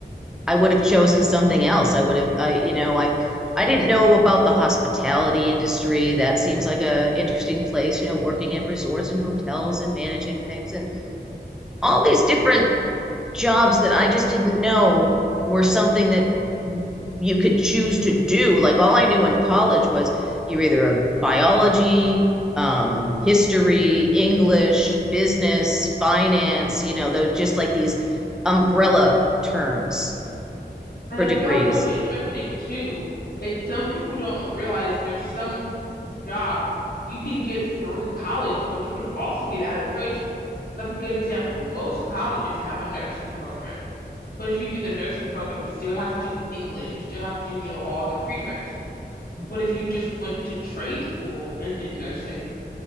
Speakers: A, in the centre; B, on the left (about 60°).
A: I would have chosen something else. I would have, I, you know, I, I didn't know about the hospitality industry. That seems like a interesting place, you know, working at resorts and hotels and managing things and all these different jobs that I just didn't know were something that you could choose to do. Like all I knew in college was you're either a biology, um, history, English, business, finance, you know, though just like these umbrella terms
B: And
A: for
B: I
A: degrees.
B: feel like what's interesting too is some people don't realize there's some jobs you can get through college, but you can also get out of trade school. Like a good example, most colleges have a nursing program, but if you do the nursing program, you still have to do English, you still have to do, you know, all the prereqs. But if you just went to trade school and did nursing,